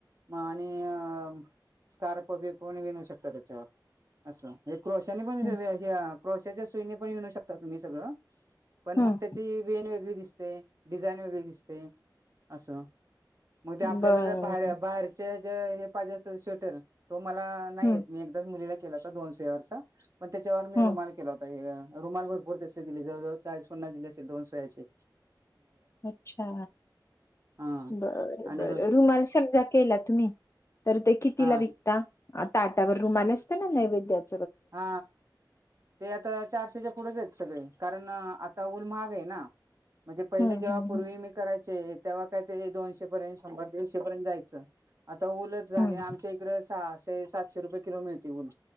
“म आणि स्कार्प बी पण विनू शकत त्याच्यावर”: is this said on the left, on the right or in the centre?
Right